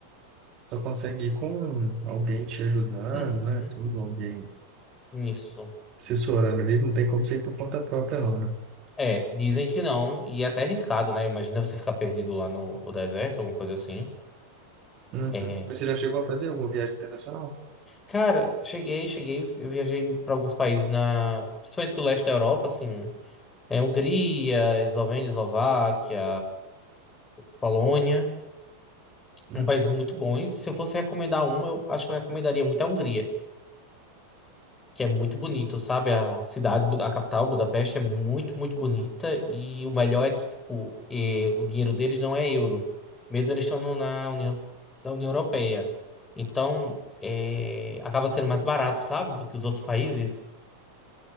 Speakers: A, on the right; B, on the left.
A: só consegue ir com alguém te ajudando,
B: Uhum.
A: né? Tudo, alguém.
B: Isso.
A: assessorando ali, não tem como ser por conta própria, não, né?
B: É, dizem que não, e é até arriscado, né? Imagina você ficar perdido lá no, no deserto, alguma coisa assim.
A: Uhum.
B: É,
A: Mas você já chegou a fazer alguma viagem internacional?
B: Cara, cheguei, cheguei, eu viajei para alguns países na, principalmente do leste da Europa, assim, é Hungria, Eslovênia, Eslováquia, Polônia,
A: Uhum.
B: são países muito bons. Se eu fosse recomendar um eu acho que eu recomendaria muito a Hungria, que é muito bonito, sabe? A cidade, Bu- a capital, Budapeste, é muito, muito bonita e o melhor é que, tipo, eh, o dinheiro deles não é euro, mesmo eles estando na União, na União Europeia. Então, eh, acaba sendo mais barato, sabe, do que os outros países.